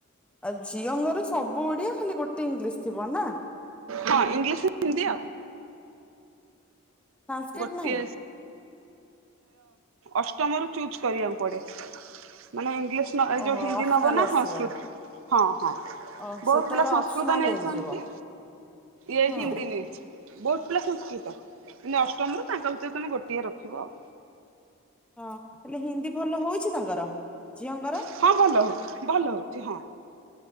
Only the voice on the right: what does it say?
ହଁ ଇଂଲିଶ ହିନ୍ଦୀ ଆଉ
ଗୋଟିଏ
ଅଷ୍ଟମରୁ ଚୁଜ୍ କରିବାକୁ। ମାନେ ଇଂଲିଶ ଏ
ଯୋଉ ହିନ୍ଦୀ
ନବ ନା
ସଂସ୍କୃତ ହଁ ହଁ
ବହୁତ
ପିଲା ସଂସ୍କୃତ
ନେଇଛନ୍ତି।
ଏଇ
ହିନ୍ଦି ନେଇଚି, ବହୁତ ପିଲା ସଂସ୍କୃତ ଷ୍ଟମରୁ ତାଙ୍କ ଭିତରେ ତମେ ଗୋଟିଏ ରଖିବ ଆଉ।
ହଁ ଭଲ ହଉଚି, ଭଲ ହଉଚି ହଁ।